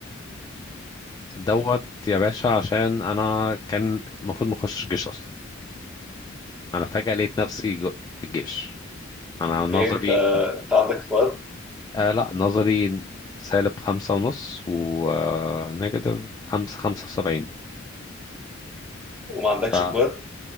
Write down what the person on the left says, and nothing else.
دوت يا باشا عشان انا كان المفروض ما اخشش جيش اصلا انا فجاه لقيت نفسي جو- في الجيش انا
نظري
آه لا نظري سالب خمسة ونص ونيجاتيف خمسة خمسة وسبعين
فأنا